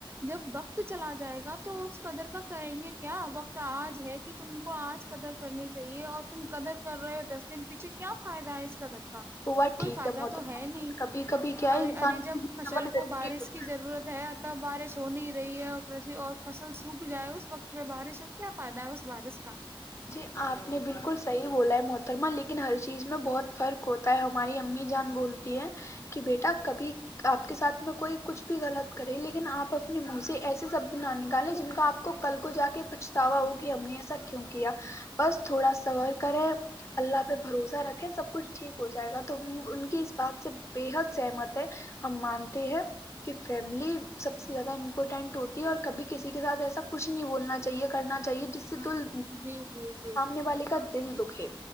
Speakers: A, on the right; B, on the left.
A: جب وقت چلا جائے گا تو اس قدر کا کریں گے کیا وقت آج ہے کہ تم کو آج قدر کرنے کی یہ اور تم قدر کر رہے ہو دس دن پیچھے کیا فائدہ ہے اس قدر کا
B: وہ بات
A: کوئی
B: ٹھیک
A: فائدہ
B: محترما
A: تو ہے نہیں
B: کبھی کبھی کیا ہے
A: ارے
B: انسان
A: ارے جب
B: کو صبر
A: فصل
B: ضروری
A: کو بارش
B: ہوتی
A: کی ضرورت ہے تب بارش ہو نہیں رہی ہے اور فصل سوکھ جائے اس وقت پہ بارش ہو کیا فائدہ ہے اس بارش کا
B: جی آپ نے بالکل صحیح بولا ہے مو محترمہ لیکن ہر چیز میں بہت فرق ہوتا ہے ہماری امی جان بولتی کہ بیٹا کبھی آپ کے ساتھ میں کوئی کچھ بھی غلط کرے لیکن آپ اپنے منہ سے ایسے شبد نہ نکالیں جن کا آپ کو کل کو جا کے پچھتاوا ہو کہ ہم نے ایسا کیوں کیا بس تھوڑا سور کریں اللہ پہ بھروسہ رکھیں سب کچھ ٹھیک ہو جائے گا تو ان کی اس بات سے بے حد سہمت ہے ہم مانتے ہیں کہ فیملی سب سے زیادہ امپورٹینٹ ہوتی ہے اور کبھی کسی کے ساتھ ایسا کچھ نہیں بولنا چاہیے کرنا چاہیے جس سے دل
A: جی جی جی
B: سامنے والی کا دل دکھے